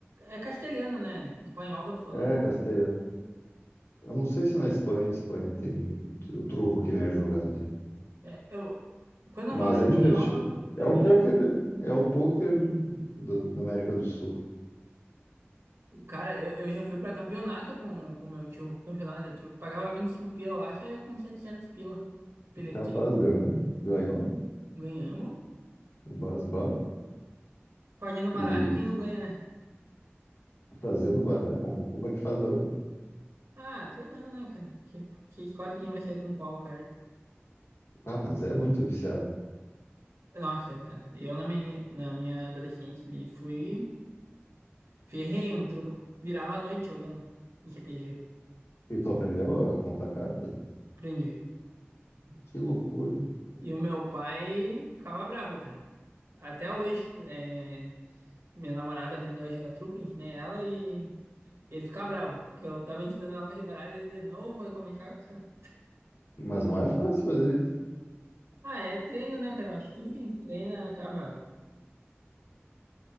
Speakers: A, on the right; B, on the left.
A: É castelhana, né? Espanhol que eu tô falando.
B: É, Castelha. Eu não sei se na Espanha, Espanha tem o truco que nem é jogado aí.
A: É, é, eu, quando
B: Mas
A: eu falo espanhol,
B: é divertido.
A: eu,
B: É
A: eu
B: o
A: me.
B: pôquer, é o pôquer do- da América do Sul.
A: Cara, eu, eu já fui pra campeonato com com meu tio, campeonato de truco. Pagava 25 pila lá, saía com 700 pila. Pelequia,
B: Capaz, ganhou, ganhou
A: ganhamos.
B: o Basbá
A: Fazendo baralho,
B: e
A: quem não ganha, né?
B: fazendo baralho. Como, como é que faz baralho?
A: Ah, treinando, né, cara? Que, que escolhe quem vai sair com qual carta.
B: Ah, mas é muito viciado.
A: Nossa, cara, eu na minha, na minha adolescência, ali fui ferrenho no truco. Virava a noite jogando em CTG.
B: E tu aprendeu a contar carta?
A: Aprendi.
B: Que loucura.
A: E o meu pai ficava brabo, cara. Até hoje, é, minha namorada aprendeu a jogar truco, ensinei ela e ele ficava brabo. Que eu tava ensinando ela a quebrar ele de novo, vai começar com essa.
B: Mas não é fácil fazer isso.
A: Ah, é treino, né, cara? Eu Acho que tudo que a gente treina acaba